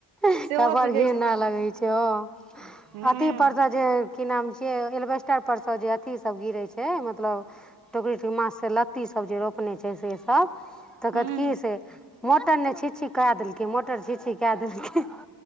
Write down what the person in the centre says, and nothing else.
एकरा
बड़
घृणा
लगै छै हँ
अथि पर सँ जे की नाम छियै एलबेस्टर पर सँ जे अथिसभ गिरै छै मतलब टोकरीट मा सँ लत्तीसभ जे रोपने छै सेसभ तऽ
कहत की से मोटर नहि छिछी कए देलकै मोटर छिछी कए देलकै